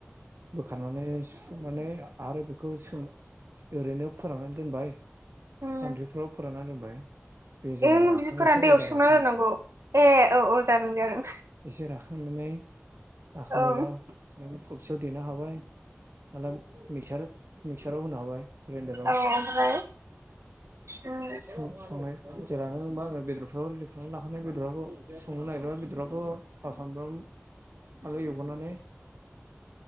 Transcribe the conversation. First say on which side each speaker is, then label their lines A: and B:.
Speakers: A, on the right (about 60°); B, on the right (about 75°).
A: बोखानानै सुनानै आरो बेखौ सोम ओरैनो फोराननानै दोनबाय
B: उम
A: सानद्रिफ्राव फोराननानै दोनबाय बे जेला
B: ओं
A: राखाङो
B: बिदिफोरानो
A: एसे
B: दैयाव
A: मोजां
B: सोमना
A: राखाङो
B: दोननांगौ ए औ औ जादों जादों
A: एसे राखांनानै राखांबायबा
B: औ उम
A: थुबसियाव देनो हाबाय माला मिसार मिक्साराव होनो हाबाय ग्राइन्दाराव
B: औ ओमफ्राय उम
A: संनाय जेलानो बा आङो बेदरफ्राव सुनानै लाखानाय बेदराव संनो नटगिरनायाव थाव सामब्राम आलु एवग्रोनानै